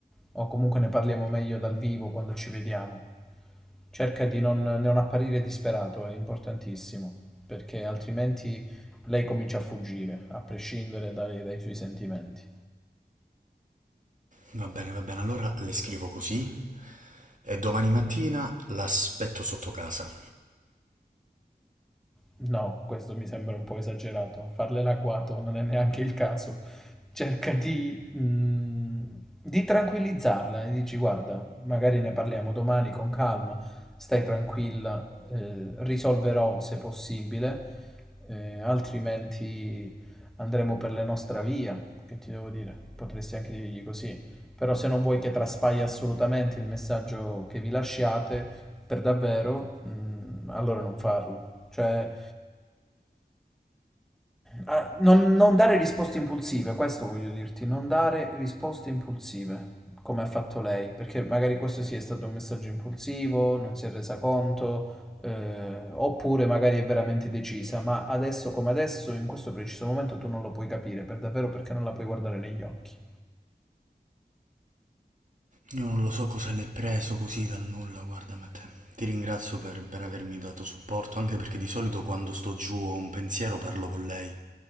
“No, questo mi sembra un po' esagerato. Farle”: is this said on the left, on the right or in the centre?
Centre